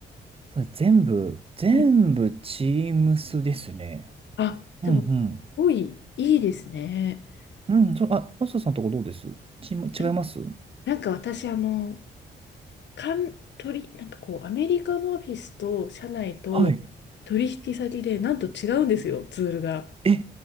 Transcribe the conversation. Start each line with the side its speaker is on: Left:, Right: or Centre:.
Right: それ全部、全部
Left: ー、はい
Right: Teams ですね。
Left: あ、でも、
Right: うん
Left: すごいいいですね。
Right: うん。うん、そう、あ、マスターさんとこどうですチーム、違います
Left: なんなんか私、あの、かん、取り、なんかこう、アメリカのオフィスと社内と取引先で、
Right: はい。
Left: なんと違うんですよ、ツールが。
Right: え、